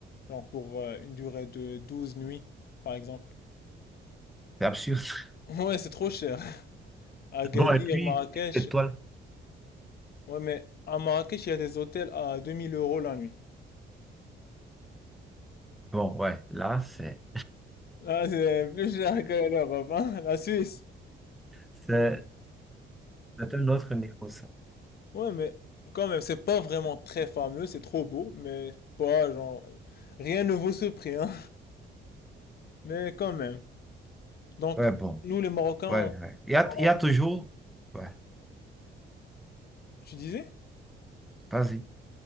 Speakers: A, on the left (about 50°); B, in the centre.
A: Genre pour euh, une durée de 12 nuits, par exemple.
B: C'est absurde. <laughs>
A: <laughs> Ouais, c'est trop cher. Agadir,
B: Bon, et puis,
A: Marrakech.
B: étoile.
A: Ouais, mais à Marrakech, il y a des hôtels à 2000 euros la nuit.
B: Bon, ouais, là, c'est
A: Là, c'est plus cher que l'Europe, hein, la Suisse.
B: c'est- c'est un autre niveau, ça. <laughs>
A: Ouais, mais quand même, c'est pas vraiment très fameux, c'est trop beau, mais pas genre. Rien ne vaut ce prix, hein. Mais quand même. Donc,
B: Ouais, bon,
A: nous les Marocains,
B: ouais,
A: on-
B: ouais. Il y a,
A: on-
B: il y a toujours. Ouais,
A: tu disais?
B: vas-y,